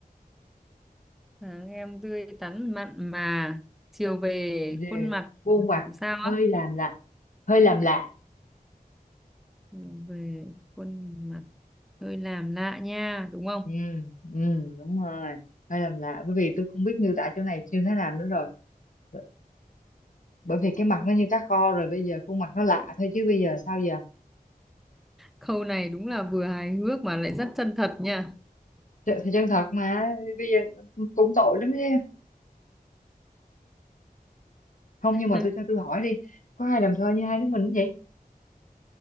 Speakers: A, in the centre; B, on the left.
A: sáng em tươi tắn mặn mà chiều về
B: về
A: khuôn mặt
B: khuôn mặt
A: làm sao
B: hơi
A: á
B: làm lạ hơi làm lạ
A: chiều về khuôn mặt hơi làm lạ nha đúng không
B: ừ, ừ đúng rồi hơi làm lạ bởi vì tôi không biết miêu tả chỗ này như thế nào nữa rồi B- bởi vì cái mặt nó như cá kho rồi bây giờ khuôn mặt nó lạ thôi chứ bây giờ sao giờ
A: câu này đúng là vừa hài hước mà lại rất chân thật nha
B: Tr- thì chân thật mà bây giờ cũng tội lắm chứ không nhưng mà
A: <laughs>
B: tôi cho tôi hỏi đi có ai làm thơ như hai đứa mình không vậy